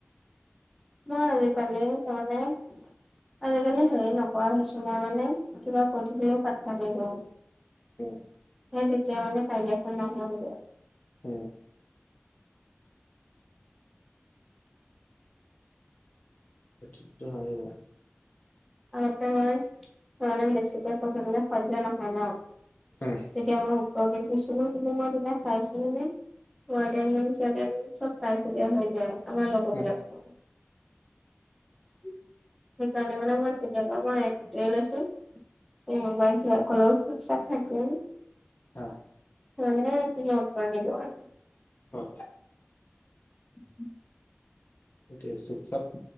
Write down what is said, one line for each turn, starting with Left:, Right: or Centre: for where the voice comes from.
Centre: মই আজি কালি <unintelligible> আজিকালি হেৰি নকৰা হৈছোঁ মই মানে, কিবা কৈ থাকিলেও পাতটা নিদিও।
Left: উম।
Centre: সেই তেতিয়া মানে কাজিয়াখন নহয় <unintelligible>
Left: হুম। সেটো হয় বাৰু।
Centre: আগতে মই মানে বেছিকৈ কথা কলে শৈয্য নহয় ন?
Left: উম,
Centre: তেতিয়া মই উত্তৰ দি দিছিলোঁ। কিন্তু মই তেতিয়া চাইছিলোঁ নে? <unintelligible> ৱাৰ্দেন সাদেন <unintelligible> চব তাই ফলীয়া হৈ যায়। আমাৰ লগৰ
Left: উম,
Centre: বিলাকো। সেইকাৰণে মানে মই এতিয়াবা মই সেইটোৱে লৈছো। <unintelligible> কোনবাই কিবা কলেও চুপ- চাপ থাকোঁ।
Left: অ'।
Centre: মানে আ কি ম কিব। <unintelligible>
Left: অ'।
Centre: উম।
Left: গ চুপ চাপ।